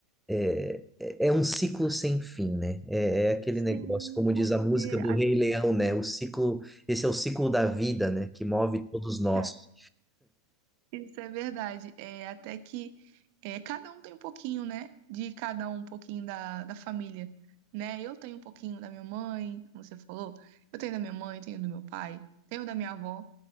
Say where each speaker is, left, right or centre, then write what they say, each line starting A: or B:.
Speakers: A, in the centre; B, on the right.
A: É, é é um ciclo sem fim, né? É, é aquele
B: Sim,
A: negócio, como diz
B: porque
A: a música do
B: a
A: Rei
B: gente.
A: Leão, né? O ciclo, esse é o ciclo da vida, né? Que move todos nós.
B: É, Isso é verdade. É, até que é, cada um tem um pouquinho, né? De cada um, um pouquinho da, da família, né? Eu tenho um pouquinho da minha mãe, como você falou. Eu tenho da minha mãe, tenho do meu pai, tenho da minha avó.